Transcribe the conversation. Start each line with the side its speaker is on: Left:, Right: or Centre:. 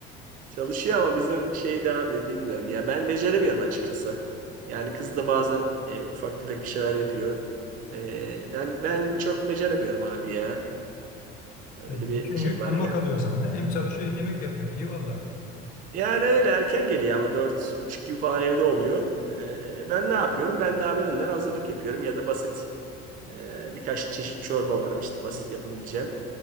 Right: Çalışıyor ama bizim şeyde abi bilmiyorum ya ben beceremiyorum açıkçası. Yani kız da bazen e, ufak tefek bir şeyler yapıyor. E, ben ben çok beceremiyorum abi ya. Öyle
Left: E,
Right: bir
Left: bütün
Right: şey
Left: yük
Right: var
Left: hanıma kalıyor o zaman. he? Hem çalışıyor hem yemek yapıyor. İyi valla.
Right: Yani öyle erken geliyor ama dört buçuk gibi falan evde oluyor. Ee, ben ne yapıyorum? Ben de abi önden hazırlık yapıyorum ya da basit e, birkaç çeşit çorba var işte basit yapabileceğim.